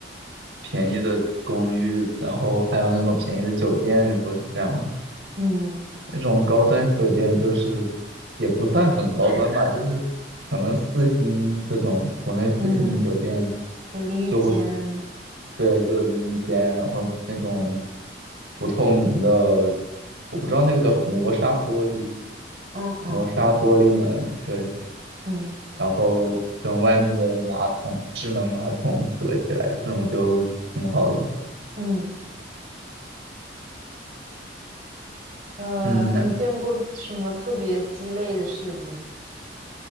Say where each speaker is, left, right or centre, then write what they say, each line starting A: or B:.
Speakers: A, on the right; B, on the right.
A: 便宜的公寓，然后还有那种便宜的酒店都是这样的。
B: 嗯
A: 那种高端酒店就是也不算很高端吧，就是可能四星这种国内四星酒店
B: 嗯，有淋浴间，
A: 就会对，就有淋浴间，然后那种不透明的，我不知道那个叫什么，磨砂玻璃，
B: 嗯嗯嗯
A: 磨砂玻璃门，对，
B: 嗯
A: 然后跟外面的马桶，智能马桶隔起来，这种就挺好的。
B: 嗯，呃，
A: 嗯，那
B: 你见过什么特别鸡肋的设计吗